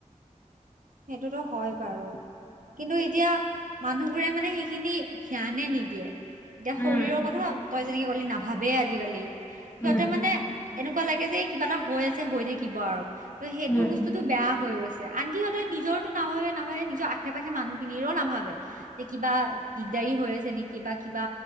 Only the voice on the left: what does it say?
উম
উম
উম